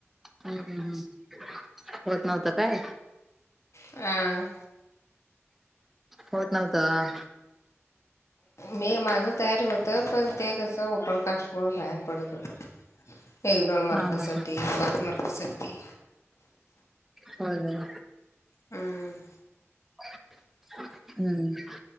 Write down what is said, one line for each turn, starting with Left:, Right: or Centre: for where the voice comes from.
Centre: हम्म, हम्म, हम्म होत नव्हतं काय.
Left: हम्म.
Centre: होत नव्हतं.
Left: मी माझं तयार होत, पण ते कसं ओपड कास्टमुळे बाहेर पडत होतं. एक दोन मार्कासाठी
Centre: हा हा हा.
Left: पाच मार्कासाठी.
Centre: होय होय.
Left: हम्म.
Centre: हम्म हम्म.